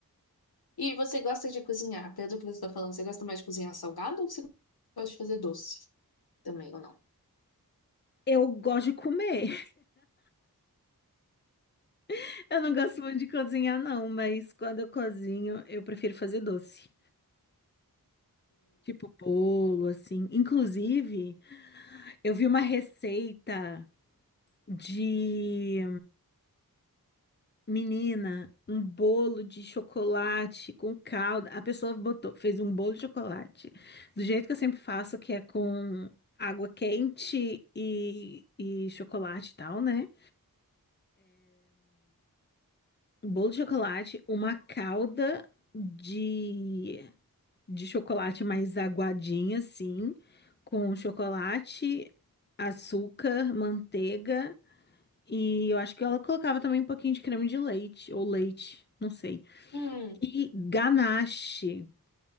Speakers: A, on the left (about 85°); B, on the left (about 30°).
A: E você gosta de cozinhar? Pelo que você está falando, você gosta mais de cozinhar salgado ou você gosta de fazer doce também ou não?
B: Eu gosto de comer. <laughs> Eu não
A: Hum.
B: gosto muito de cozinhar, não, mas quando eu cozinho, eu prefiro fazer doce. Tipo bolo, assim. Inclusive, eu vi uma receita de menina, um bolo de chocolate com calda. A pessoa botou, fez um bolo de chocolate, do jeito que eu sempre faço, que é com água quente e, e chocolate e tal, né? Um bolo de chocolate, uma calda de de chocolate mais aguadinha, assim, com chocolate, açúcar, manteiga e eu acho que ela colocava também um pouquinho de creme de leite ou leite, não sei.
A: Hum.
B: E ganache.